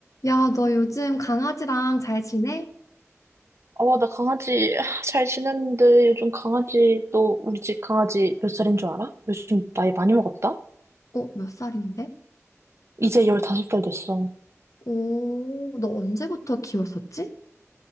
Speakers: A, on the left; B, on the right.
A: 야, 너 요즘 강아지랑 잘 지내?
B: 어, 나 강아지 아, 잘 지냈는데 요즘 강아지 또 우리 집 강아지 몇 살인 줄 알아? 요즘 나이 많이 먹었다?
A: 어, 몇 살인데?
B: 이제 15살 됐어.
A: 오, 너 언제부터 키웠었지?